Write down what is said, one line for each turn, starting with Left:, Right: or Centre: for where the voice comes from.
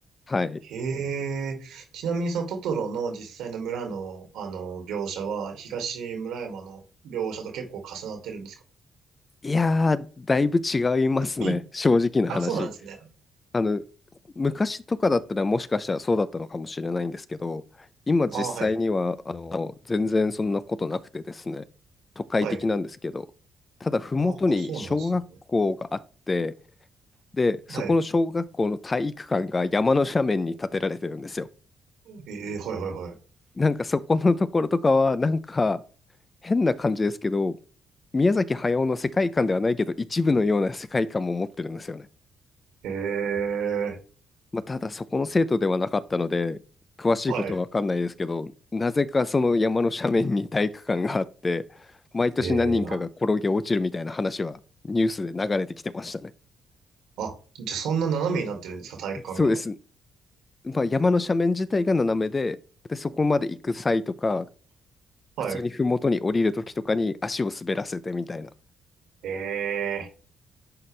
Left: はい。
Right: へえ。ちなみにそのトトロの実際の村の、あの、描写は、東村山の描写と結構重なってるんですか
Left: いやー、だいぶ違いますね。
Right: うん
Left: 正直な話。
Right: <coughs> あ、そうなんですね。
Left: あの、昔とかだったらもしかしたらそうだったのかもしれないんですけど、今実際には、
Right: あ、はい。
Left: あの、全然そんなことなくてですね、都会的なんですけど、
Right: はい。
Left: ただ、ふもとに小学校があって、
Right: あ、あ、そうなんですね。
Left: で、
Right: はい。
Left: そこの小学校の体育館が山の斜面に建てられてるんですよ。
Right: ええ、はいはいはい。
Left: なんかそこのところとかは、なんか変な感じですけど、宮崎駿の世界観ではないけど、一部のような世界観も持ってるんですよね。
Right: ええ、
Left: まあ、ただそこの生徒ではなかったので、詳しいことは分かんないですけど、
Right: はい。
Left: なぜかその山の斜面に体育館があって、毎年何人かが転げ落ちるみたいな話はニュースで流れてきてましたね。
Right: ええ、あ、あ、じゃあそんな斜めになってるんですか、体育館が。
Left: そうです。まあ、山の斜面自体が斜めで、で、そこまで行く際とか、
Right: はい。
Left: 普通に麓に降りる時とかに足を滑らせてみたいな、
Right: ええ。